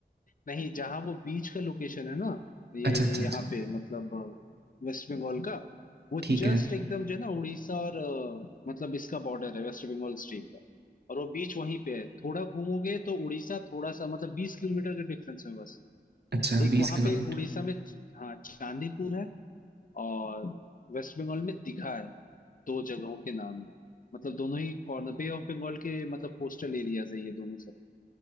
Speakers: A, on the left (about 50°); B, on the right (about 70°).
A: नहीं जहाँ वो बीच का लोकेशन है ना ये
B: अच्छा अच्छा
A: यहाँ
B: अच्छा
A: पे मतलब वेस्ट बंगाल का वो
B: ठीक
A: जस्ट
B: है
A: एकदम जो है ना उड़ीसा और अ, मतलब इसका बॉर्डर है वेस्ट बंगाल स्टेट का और वो बीच वहीं पे है थोड़ा घूमोगे तो उड़ीसा थोड़ा सा मतलब बीस किलोमीटर के डिफरेंस में बस
B: अच्छा
A: एक
B: बीस
A: वहां
B: किलोमीटर
A: पे उड़ीसा में हाँ चांदीपुर है और वेस्ट बंगाल में दीघा है दो जगहों के नाम है मतलब दोनों ही कॉर्नर बे ऑफ बंगाल के मतलब कोस्टल एरियाज है ये दोनों सब